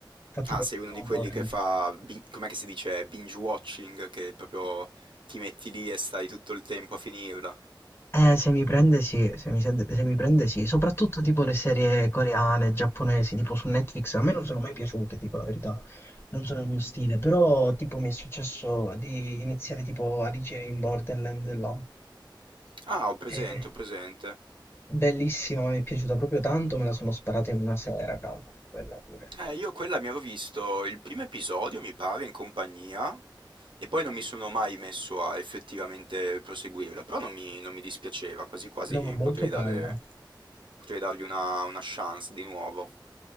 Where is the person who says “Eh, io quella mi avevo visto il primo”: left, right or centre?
Right